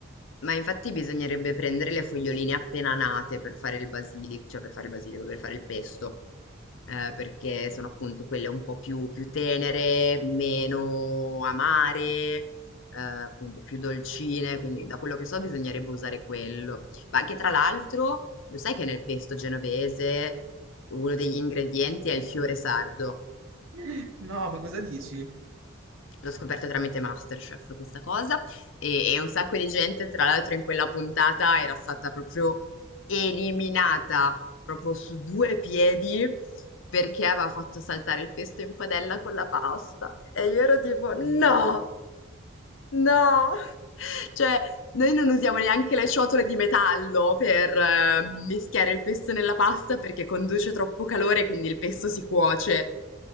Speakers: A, on the left (about 70°); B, on the right (about 80°).
A: Ma infatti bisognerebbe prendere le foglioline appena nate per fare il basilico, cioè per fare il basilico, per fare il pesto, eh, perché sono appunto quelle un po' più, più tenere, meno amare, eh, appunto più dolcine, quindi da quello che so bisognerebbe usare quello. Ma che tra l'altro, lo sai che nel pesto genovese uno degli ingredienti è il fiore sardo?
B: <laughs> No, ma cosa dici?
A: L'ho scoperto tramite MasterChef questa cosa e e un sacco di gente, tra l'altro in quella puntata era stata proprio eliminata, proprio su 2 piedi, perché aveva fatto saltare il pesto in padella con la pasta. E io ero tipo: "No,
B: Dio.
A: no!" <laughs> Cioè, noi non usiamo neanche le ciotole di metallo per, ehm, mischiare il pesto nella pasta perché conduce troppo calore, quindi il pesto si cuoce.